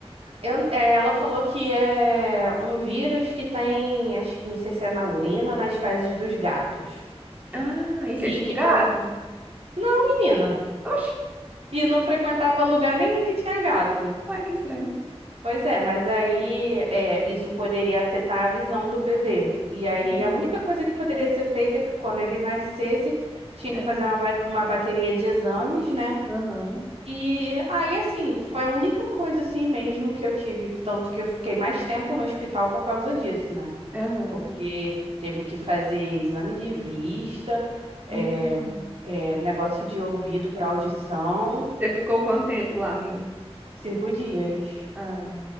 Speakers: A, on the right (about 70°); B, on the right (about 15°).
A: Eu, é, ela falou que é um vírus que tem, acho- não sei se é na urina ou nas fezes dos gatos.
B: Ah, e você
A: E
B: tinha
A: que,
B: um gato?
A: pô, menina,
B: Oxe,
A: e não frequentava lugar nenhum que tinha gato.
B: ué, que estranho.
A: Pois é, mas aí é, isso poderia afetar a visão do bebê. E aí
B: Uhum.
A: a única coisa que poderia ser feita é que quando ele nascesse, tinha
B: Era
A: que fazer
B: um-
A: uma, ba- uma bateria de exames, né?
B: Aham,
A: E aí, assim, foi a única coisa assim mesmo que eu tive, que tanto que eu fiquei mais tempo no hospital por causa disso, né?
B: aham.
A: Porque teve que fazer exame de vista, é,
B: Hum.
A: é, negócio de ouvido para audição,
B: Você ficou quanto tempo lá, amiga?
A: cinco dias.
B: Ah,